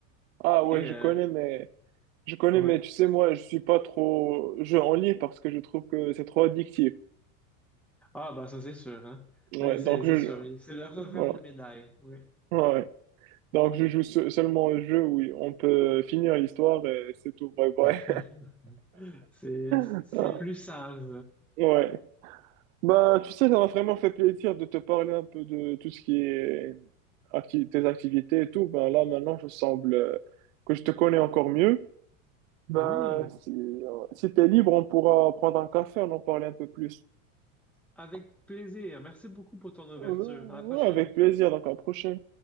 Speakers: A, on the right; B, in the centre.
A: Ah ouais,
B: Et,
A: je
B: euh,
A: connais, mais je connais,
B: ouais.
A: mais tu sais, moi, je suis pas trop jeu en ligne parce que je trouve que c'est trop addictif.
B: Ah, bah ça c'est sûr, hein.
A: Ouais,
B: Mais c'est
A: donc
B: c'est
A: je
B: sûr, c'est le revers
A: ouais,
B: de la médaille, oui.
A: ouais. Donc je joue se- seulement au jeu où on peut finir l'histoire et c'est tout. Bye bye.
B: <laughs> C'est
A: Ah,
B: c'est plus sage.
A: Ouais. Bah, tu sais, ça m'a vraiment fait plaisir de te parler un peu de tout ce qui est acti- tes activités et tout. Ben là, maintenant, je semble euh, que je te connais encore mieux. Ben,
B: Oui,
A: si, si t'es libre, on pourra prendre un café, on en parle un peu plus.
B: avec plaisir. Merci beaucoup pour ton ouverture.
A: Euh, Ouais,
B: À la prochaine.
A: avec plaisir, donc à la prochaine.